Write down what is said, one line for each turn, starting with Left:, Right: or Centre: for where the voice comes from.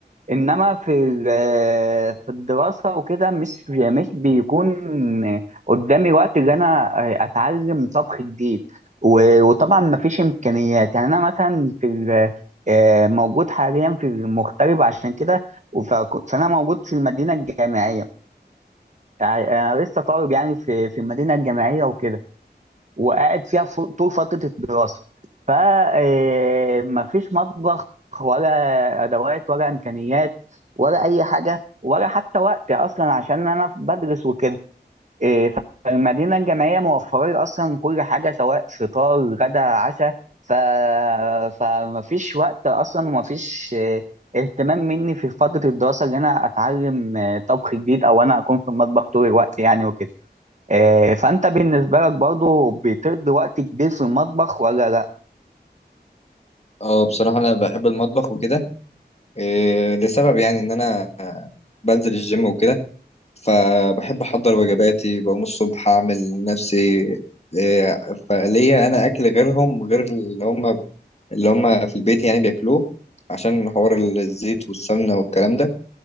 Right: انما في ال- آه، في الدراسه وكده مش مش بيكون قدامي وقت ان انا آه، اتعلم طبخ جديد و- وطبعا مفيش امكانيات يعني انا مثلا في ال- آه، موجود حاليا في المغترب عشان كده وف- فانا موجود في المدينه الجامعيه يعني انا لسه طالب يعني في في المدينه الجامعيه وكده وقاعد فيها ف- طول فتره الدراسه ف آه، مفيش مطبخ ولا ادوات ولا امكانيات ولا اي حاجه ولا حتى وقت اصلا عشان انا بدرس وكده إيه، فالمدينة الجامعية موفرة أصلا كل حاجة سواء فطار غدا عشاء ف... فمفيش وقت أصلا ومفيش إيه، اهتمام مني في فترة الدراسة إن أنا أتعلم إيه، طبخ جديد أو أنا أكون في المطبخ طول الوقت يعني وكده إيه، فأنت بالنسبة لك برضو بتقضي وقت كبير في المطبخ ولا لأ؟
Left: اه بصراحة أنا بحب المطبخ وكده إيه لسبب يعني إن أنا بنزل الجيم وكده فبحب أحضر وجباتي بقوم الصبح أعمل نفسي إيه فليا أنا أكل غيرهم غير اللي هم اللي هم في البيت يعني بياكلوه عشان حوار الزيت والسمنة والكلام ده